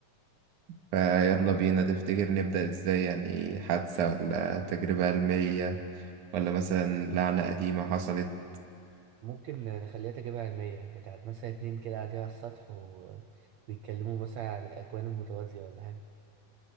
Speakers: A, on the right; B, on the right.
A: فيلا بينا تفتكر نبدأ ازاي يعني حادثة ولا تجربة علمية ولا مثلا لعنة قديمة حصلت
B: ممكن نخليها تجربة علمية بتاعت مثلا اتنين كده قاعدين على السطح وبيتكلموا مثلا عن الأكوان المتوازية ولا حاجة